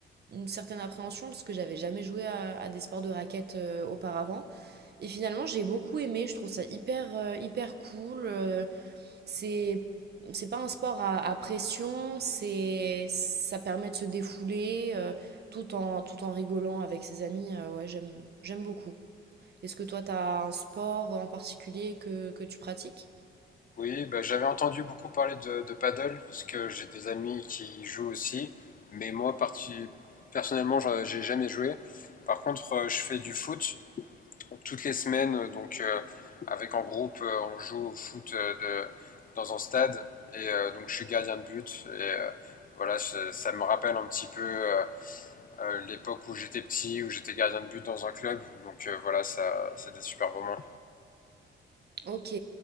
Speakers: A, on the right; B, on the left.
A: une certaine appréhension parce que j'avais jamais joué à, à des sports de raquettes euh, auparavant. Et finalement, j'ai beaucoup aimé, je trouve ça hyper, euh, hyper cool. euh, c'est, c'est pas un sport à, à pression, c'est, ça permet de se défouler euh, tout en, tout en rigolant avec ses amis. euh, ouais, j'aime, j'aime beaucoup. Est-ce que toi, t'as un sport en particulier que, que tu pratiques?
B: Oui, bah, j'avais entendu beaucoup parler de, de paddle, parce que j'ai des amis qui y jouent aussi, mais moi parti- personnellement j'en- j'ai jamais joué. Par contre, euh, je fais du foot toutes les semaines, euh, donc euh, avec en groupe euh, on joue au foot euh, de- dans un stade, et euh, donc je suis gardien de but, et euh, voilà, ça ça me rappelle un petit peu. euh, euh, l'époque où j'étais petit, où j'étais gardien de but dans un club. Donc euh, voilà, ça, c'était super moment.
A: Ok.